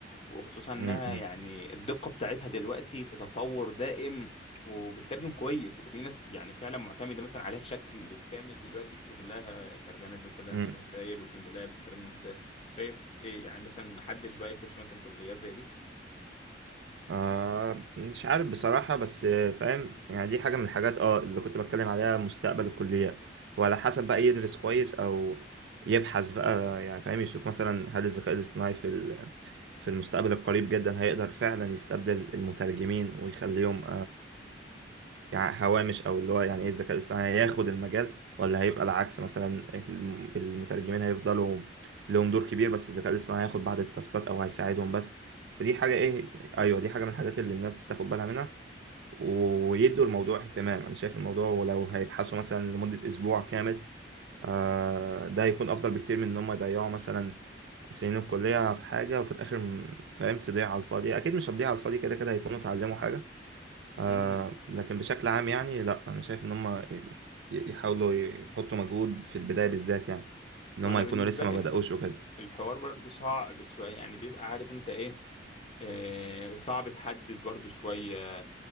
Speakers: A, on the left; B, on the right.
A: وخصوصا انها
B: م- م-
A: يعني الدقه بتاعتها دلوقتي في تطور دائم وبتترجم كويس وفي ناس يعني فعلا معتمده مثلا عليها بشكل كامل دلوقتي في شغلها ترجمه مثلا
B: م.
A: الرسائل والايميلات والكلام من ده شايف ايه يعني مثلا محدش بقى يخش مثلا كليات زي دي
B: آه مش عارف بصراحة بس آه، فاهم يعني دي حاجة من الحاجات اه اللي كنت بتكلم عليها مستقبل الكليات وعلى حسب بقى يدرس كويس أو يبحث بقى يعني فاهم يشوف مثلا هل الذكاء الاصطناعي في ال- في المستقبل القريب جدا هيقدر فعلا يستبدل المترجمين ويخليهم يعني هوامش او اللي هو يعني ايه الذكاء الاصطناعي هياخد المجال ولا هيبقى العكس مثلا الم- المترجمين هيفضلوا لهم دور كبير بس الذكاء الاصطناعي هياخد بعض التاسكات او هيساعدهم بس فدي حاجة ايه ايوه دي حاجة من الحاجات اللي الناس تاخد بالها منها ويدوا الموضوع اهتمام انا شايف الموضوع ولو هيبحثوا مثلا لمدة اسبوع كامل آه ده هيكون افضل بكتير من ان هم يضيعوا مثلا سنين الكلية في حاجة وفي الاخر م- فاهم تضيع على الفاضي اكيد مش هتضيع على الفاضي كده كده هيكونوا اتعلموا حاجة آه
A: امم
B: لكن بشكل عام يعني لا انا شايف ان هم ي- يحاولوا يحطوا مجهود في البدايه بالذات يعني ان
A: وانا
B: هم يكونوا
A: بالنسبه
B: لسه
A: لي
B: ما
A: الح...
B: بداوش وكده
A: الحوار برضو صعب شويه يعني بيبقى عارف انت ايه آه، صعب تحدد برضو شوية